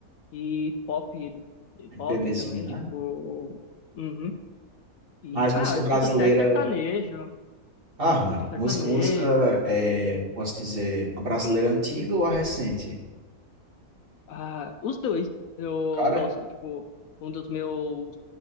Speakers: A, on the left; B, on the right.
A: e pop, ele, e
B: MPBzinho,
A: pop também,
B: né?
A: tipo, uhum. E,
B: Mas música
A: ah, eu
B: brasileira...
A: escuto até sertanejo,
B: Ah, Mari,
A: sertanejo,
B: música, música,
A: MPB.
B: é, posso dizer, a brasileira antiga ou a recente?
A: Ah, os dois. Eu
B: Cara,
A: gosto, tipo, um dos meus